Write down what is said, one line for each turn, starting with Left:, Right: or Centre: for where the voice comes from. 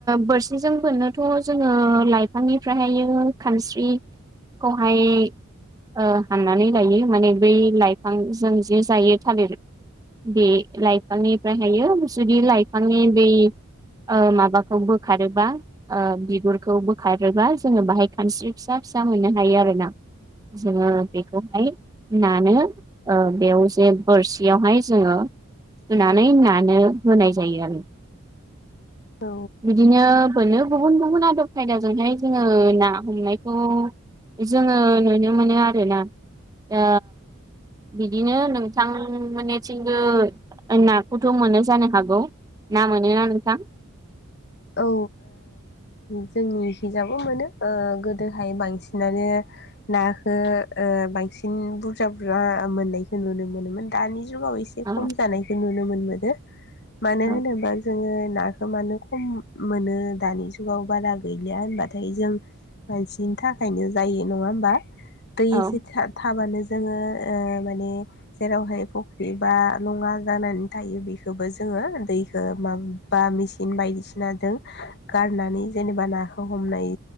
Right: बोरसिजों बोननोथ' जोङो लाइफांनिफ्रायहायो ओ खानस्रि खौहाय‌ ओ हाननानै लायो माने बै लाइफांजों जि जायो थालिर बे लाइफांनिफ्रायहायो जुदि लाइफांनि बै ओ माबाखौ बोखारोबा ओ बिगुरखौ बोखारोबा‌ जोङो बाहाय खानस्रि फिसा-फिसा मोननो हायो आरोना जोङो बेखौहाय नानो ओ बेयाव जे बोरसियावहाय जोङो सुनानै नानो होनाय जायो आरो।
Left: औ
Right: बिदिनो बोनो गुबुन-गुबुन आदब खायदाजोंहाय जोङो ना हमनायखौ जोङो नुनो मोनो आरो ना। ओ बिदिनो नोंथां मोननिथिंबो ना खौथ' मोनो जानो हागौ। ना मोनोना नोंथां?
Left: औ ओ जोंनि खिजाबो मोनो गोदोहाय बांसिनानो नाखो ओ बांसिन बुरजा-बुरजा मोननायखौ नुनो मोनोमोन दानि जुगाव एसे
Right: औ
Left: खम जानायखौ नुनो मोनबोदों। मानो
Right: औ
Left: होनोबा जोंङो नाखौ मानो खम। मोनो दानि जुगाव बारा गैलिया होनबाथाय जों मानसिनि थाखायनो जायो नङा होमबा दै
Right: औ
Left: एसे था-थाबानो जोंङो ओ माने जेरावहाय फुख्रि बा लंङा जानानै थायो बेखौबो जों बो दैखो मा बा मेसिन बायदिसिना बायदि सिनाजों गारनानै जेनेबा नाखौ हमनाय